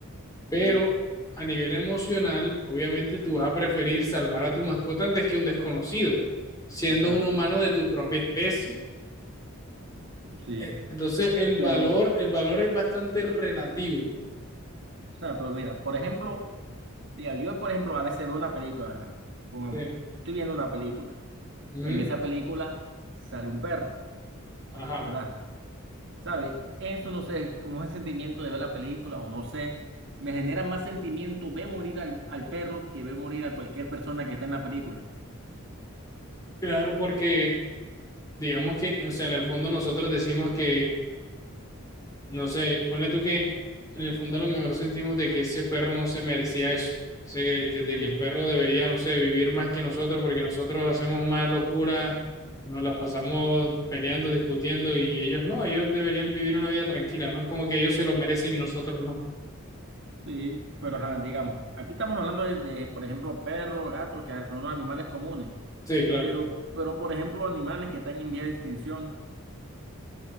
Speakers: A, on the left; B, on the right.
A: Pero
B: Sí,
A: a nivel emocional, obviamente tú vas a preferir salvar a tu mascota antes que un desconocido, siendo
B: exacto.
A: un humano de tu propia especie.
B: Sí,
A: Eh, Entonces, el valor,
B: pero, o
A: el valor es bastante relativo.
B: sea, pero mira, por ejemplo, diga, yo, por ejemplo, a veces veo una película, ¿verdad? Pongamos,
A: Sí.
B: estoy viendo una película.
A: Ujú.
B: En esa película sale un perro,
A: Ajá.
B: ¿verdad? ¿Sabe? Eso no sé, como es el sentimiento de ver la película o no sé. Me genera más sentimiento ver morir al, al perro que ver morir a cualquier persona que está en la película.
A: Claro, porque digamos que, o sea, en el fondo nosotros decimos que No sé, ponle tú que en el fondo a lo mejor sentimos de que ese perro no se merecía eso. O sea, de que, de
B: Sí,
A: que el perro debería, no sé, vivir más que nosotros porque nosotros hacemos más locura, nos las pasamos peleando, discutiendo y ellos no, ellos deberían vivir una vida tranquila, ¿no? Es como que ellos se lo merecen y nosotros no.
B: Sí, pero ajá, digamos, aquí estamos hablando de, de, por ejemplo, perros, gatos, que son animales comunes,
A: Sí, claro.
B: pero, pero, por ejemplo, animales que están en vía de extinción,